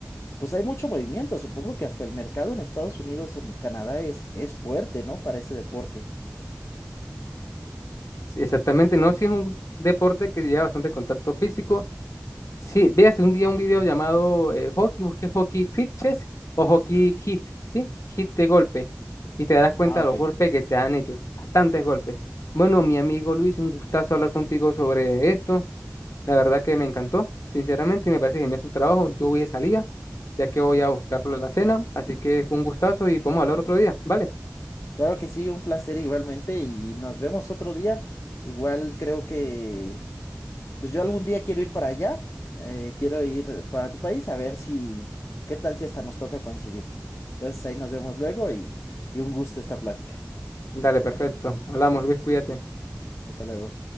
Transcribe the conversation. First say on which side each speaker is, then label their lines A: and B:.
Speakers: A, on the left; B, on the left.
A: pues hay mucho movimiento. Supongo que hasta el mercado en Estados Unidos, en Canadá, es, es fuerte, ¿no? Para ese deporte.
B: Sí, Exactamente, no si es un deporte que lleva bastante contacto físico, Sí, véase un día un video llamado eh, hockey, busque hockey fit chess o hockey hit, ¿sí? Hit de golpe. Y te darás cuenta
A: Ah,
B: de
A: ok.
B: los golpes que se dan ellos, bastantes golpes. Bueno, mi amigo Luis, un gustazo hablar contigo sobre esto. La verdad que me encantó, sinceramente, y me parece genial su trabajo. Yo voy de salida, ya que voy a buscarlo en la cena, así que fue un gustazo y podemos hablar otro día, ¿vale?
A: Claro que sí, un placer igualmente y nos vemos otro día. Igual creo que Pues yo algún día quiero ir para allá, eh, quiero ir para tu país, a ver si, qué tal si hasta nos toca coincidir. Entonces ahí nos vemos luego y, y un gusto esta plática.
B: Dale, perfecto. Hablamos, Luis, cuídate.
A: Hasta luego.